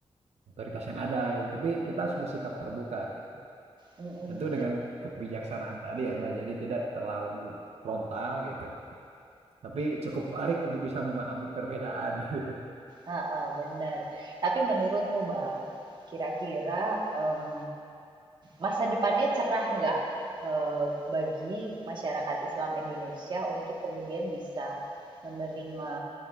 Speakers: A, on the right; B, on the right.
A: otoritas yang ada gitu. Tapi kita harus bersikap terbuka gitu.
B: Mm-mm.
A: Tentu dengan kebijaksanaan tadi ya, Mbak. Jadi tidak terlalu frontal gitu. Tapi cukup arif untuk bisa memahami perbedaan <laughs> gitu.
B: Ha, ha, bener. Tapi menurutmu Bang, kira-kira em, masa depannya cerah nggak eh, bagi masyarakat Islam Indonesia untuk kemudian bisa menerima